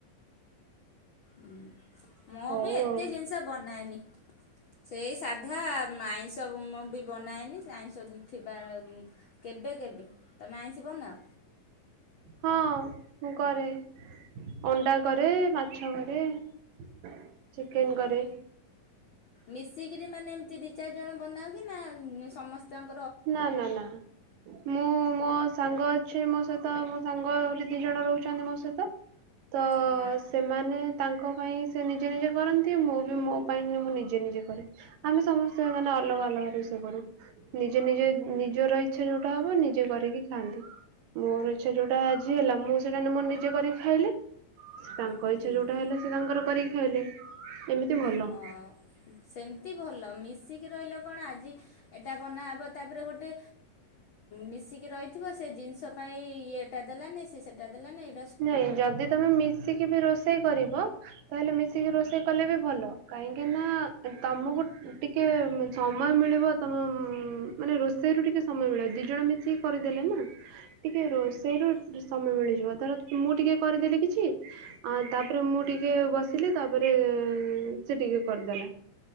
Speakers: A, on the left (about 70°); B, on the right (about 75°).
A: ହୁଁ ମୁଁ
B: ହଉ
A: ବି ଏତେ
B: ଆଉ।
A: ଜିନିଷ ବନାଏନି। ସେଇ ସାଧା ଉଁ ଆଇଁଷ ମୁଁ ବି ବନାଏନି ସେ ଆଇଁଷ ଉଁ ଥିବା ଉଁ କେବେ କେବେ ତମେ ଆଇଁଷି ବନାଅ।
B: ହଁ ମୁଁ କରେ। ଅଣ୍ଡା କରେ ମାଛ କରେ ଚିକେନ
A: ହୁଁ।
B: କରେ।
A: ମିଶିକିରି ମାନେ ଏମତି ଦି ଚାରି ଜଣ ବନାଅ କି ନା ଉଁ ସମସ୍ତଙ୍କ
B: ନା ନା ନା। ମୁଁ ମୋ ସାଙ୍ଗ ଅଛି ମୋ ସହିତ ମୋ ସାଙ୍ଗ ଆହୁରି ଦି ଜଣ ରହୁଛନ୍ତି ମୋ ସହିତ। ତ
A: ହଁ।
B: ସେମାନେ ତାଙ୍କ ପାଇଁ ସେ ନିଜେ ନିଜେ କରନ୍ତି ମୁଁ ବି ମୋ ପାଇଁନି ମୁଁ ନିଜେ ନିଜେ କରେ। ଆମେ ସମସ୍ତେ ମାନେ ଅଲଗା ଅଲଗା ରୋଷେଇ କରୁ। ନିଜେ ନିଜେ ନିଜର ଇଚ୍ଛା ଯୋଉଟା ହବ ନିଜେ କରିକି ଖାଆନ୍ତି। ମୋର ଇଚ୍ଛା ଯୋଉଟା ଆଜି ହେଲା ମୁଁ ସେଇଟା ଏଇନେ ମୋ ନିଜେ କରିକି ଖାଇଲି। ତାଙ୍କ
A: ହୁଁ।
B: ଇଚ୍ଛା ଯୋଉଟା ହେଲେ ସେ ତାଙ୍କର କରିକି ହେଲେ ଏମିତି ଭଲ।
A: ହଁ ସେମିତି ଭଲ ମିଶିକି ରହିଲେ କଣ ଆଜି ଏଟା ବନାହବ। ତାପରେ ଗୋଟେ ମିଶିକି ରହିଥିବ ସେ ଜିନିଷ ପାଇଁ ଇଏ ଟେଲା ନେ ସେ ସେଟାେଲ ନ ନେଇଇ
B: ନାଇଁ ଯଦି ତମେ ମିଶିକି ବି ରୋଷେଇ କରିବ। ତାହେଲେ ମିଶିକି ରୋଷେଇ କଲେ ବି ଭଲ କାହିଁକି ନା ତମକୁ ଟିକେ ଟିକେ ସମୟ ମିଳିବ ତମ ମାନେ ରୋଷେଇରୁ ଟିକେ ସମୟ ମିଳିବ ଦି ଜଣ ମିଶିକି କରିଦେଲେ ନା। ଟିକେ ରୋ ସେଇ ର ସମୟ ମିଳିଯିବ ଧର ମୁଁ ଟିକେ କରିଦେଲି କିଛି। ଆ ତାପରେ ମୁଁ ଟିକେ ବସିଲି ତାପରେ ସେ ଟିକେ କରିଦେଲା।